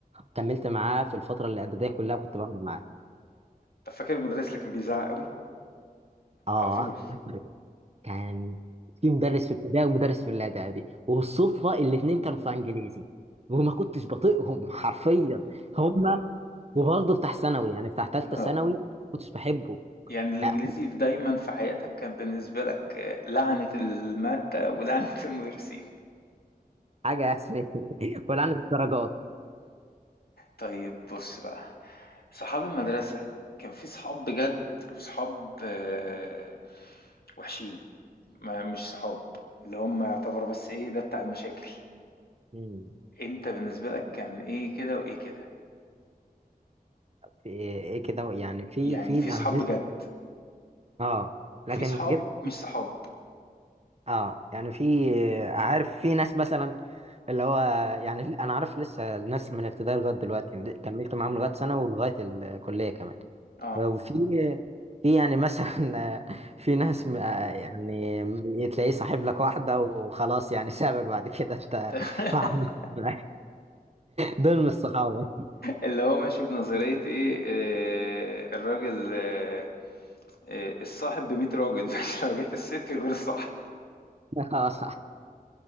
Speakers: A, on the right; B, on the left.
A: كملت معاه في الفتره الاعداديه كلها وكنت بقعد معاه
B: طب فاكر المدرس اللي كان بيزعق قوي
A: اه
B: على طول
A: كان في مدرس في ابتدائي ومدرس في الاعدادي والصدفه الاثنين كانوا في انجليزي وما كنتش بطيقهم حرفيا هما وبرضه بتاع ثانوي يعني بتاع ثالثه
B: اه
A: ثانوي ما كنتش بحبه
B: يعني الانجليزي
A: آه، كنت-
B: في دايما في حياتك كان بالنسبه لك آه، لعنه الماده ولعنه <laughs> المدرسين
A: حاجه <laughs> يعني ولا عن الدرجات
B: طيب بص بقى صحاب المدرسه كان في صحاب بجد وصحاب آه، وحشين ما مش صحاب اللي هم يعتبروا بس ايه ده بتاع المشاكل
A: مم.
B: انت بالنسبه لك كان ايه كده وايه كده
A: في ايه كده يعني في
B: يعني
A: في
B: في
A: انا
B: صحاب
A: لسه
B: بجد
A: اه
B: وفي
A: لكن
B: صحاب
A: <laughs> غير
B: مش صحاب
A: اه يعني في عارف في ناس مثلا اللي هو يعني انا عارف لسه ناس من ابتدائي لغايه دلوقتي كملت معاهم
B: م.
A: لغايه سنه ولغايه الكليه كمان
B: اه
A: وفي في يعني مثلا <laughs> في ناس م- يعني تلاقيه صاحب لك واحده وخلاص يعني سابك بعد كده انت
B: <laughs>
A: <laughs> مع نفسك بقى. دول مش صحابه
B: اللي هو ماشي بنظرية ايه آه، الراجل آه، آه، الصاحب بمية راجل <laughs> مش لو جت الست غير الصاحب
A: <laughs> اه